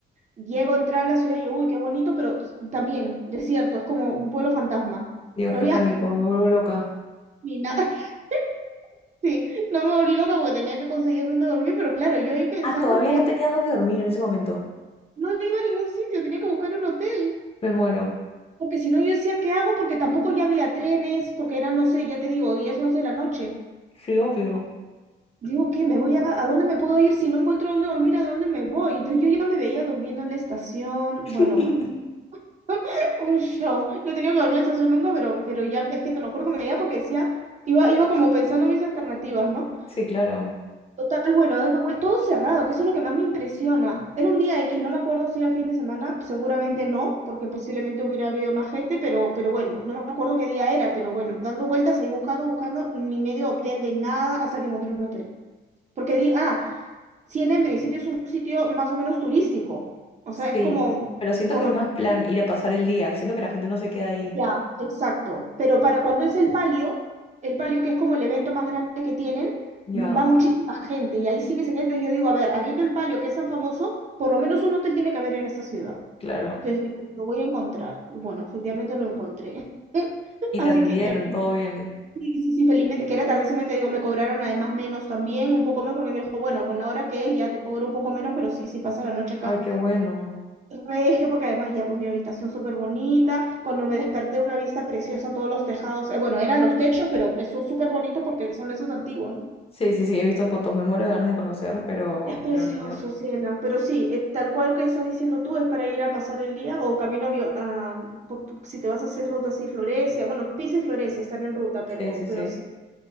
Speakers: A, on the right; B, on the left.
A: Llego a entrar a la ciudad, yo, uy, qué bonito, pero también desierto, es como un pueblo fantasma.
B: Dios,
A: No
B: qué
A: había
B: pánico, me vuelvo loca.
A: ni nada, <laughs> sí, no me volví loca porque tenía que conseguir dónde dormir, pero claro, yo ahí pensando
B: Ah, todavía
A: que
B: no tenías dónde dormir en ese momento.
A: no iba a ningún sitio, tenía que buscar un hotel.
B: Me muero.
A: Porque si no, yo decía, ¿qué hago? Porque tampoco ya había trenes, porque eran, no sé, ya te digo, 10 11 de la noche.
B: Sí, obvio.
A: Digo, ¿qué? ¿Me voy a, a dónde me puedo ir? Si no encuentro dónde dormir, ¿a dónde me voy? Entonces yo ya me veía durmiendo en la estación.
B: <laughs>
A: Bueno, bueno, <laughs> un show. No he tenido que dormir en la estación nunca, pero, pero ya, es que te lo juro que me veía porque decía, iba, iba como pensando en mis alternativas, ¿no?
B: Sí, claro.
A: Total, bueno, dando vueltas, todo cerrado, que eso es lo que más me impresiona. Era un día X, no me acuerdo si era fin de semana, seguramente no, porque posiblemente hubiera habido más gente, pero, pero bueno, no me acuerdo qué día era, pero bueno, dando vueltas ahí buscando, buscando, ni medio hotel de nada hasta que encontré un hotel. Porque di, ah, Siena en principio es un sitio más o menos turístico, o sea, es
B: Sí,
A: como,
B: Pero siento
A: por
B: que
A: lo
B: es más plan ir a pasar el día. Siento que la gente no se queda ahí.
A: Ya, exacto. Pero para cuando es el palio, el palio que es como el evento más grande que tienen,
B: Ya,
A: mm, va muchísima gente y ahí sí que se queda. Entonces yo digo, a ver, habiendo el palio que es tan famoso, por lo menos un hotel tiene que haber en esta ciudad.
B: claro.
A: Entonces digo, lo voy a encontrar. Y Bueno, efectivamente lo encontré. <laughs>
B: Y
A: Así
B: te atendieron,
A: que ya,
B: todo bien.
A: sí, sí, sí, felizmente, que era tardísimo y te digo, me cobraron además menos también, un poco menos, porque me dijo, bueno, con la hora que es ya te cobro un poco menos, pero sí, sí pasa la noche acá
B: Ay, qué bueno.
A: regio, porque además ya pues mi habitación súper bonita, cuando me desperté una vista preciosa, todos los tejados, eh, bueno, eran los techos, pero son súper bonitos porque son esos antiguos, ¿no?
B: Sí, sí, sí, he visto fotos. Me muero de ganas de conocer, pero,
A: Es precioso,
B: pero no he ido.
A: Ciela, pero sí, eh, tal cual que estás diciendo tú, es para ir a pasar el día o camino a, Bio- a- por- si te vas a hacer ruta así, Florencia, bueno, Pisa y Florencia están en ruta, pero,
B: Sí, sí, sí.
A: pero es